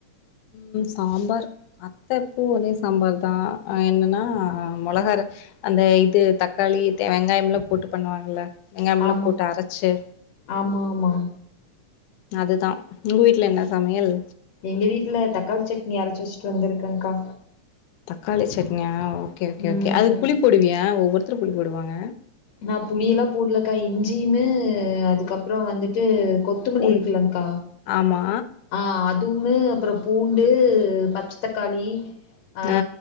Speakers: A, on the left (about 85°); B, on the left (about 65°).
A: ம் சாம்பார் அத்தப்பூ ஒரே சாம்பார் தா ஆனா என்னன்னா மொளகா அர அந்த இது தக்காளி தே வெங்காயம்லா போட்டு பண்ணுவாங்கல்ல வெங்காயம்லா
B: ஆமா
A: போட்டு அரச்சு
B: ஆமா ஆமா
A: அதுதா உங்க வீட்ல என்ன சமையல்
B: எங்க வீட்ல தக்காளி சட்னி அரச்சு வச்சுட்டு வந்திருக்கங்கா
A: தக்காளி சட்னியா ஓகே ஓகே
B: ம்
A: ஓகே அதுக் புளி போடுவியா ஒவ்வொருத்தர் புளி போடுவாங்க
B: நா புளி எல்லா போடலக்கா இஞ்சியுமே அதுக்கப்புறோ வந்துட்டு கொத் கொத்தமல்லி
A: பூன்
B: இருக்குலங்க்கா
A: ஆமா
B: ஆ அதுமே அப்புறம் பூண்டு பச்ச தக்காளி அ
A: ஆ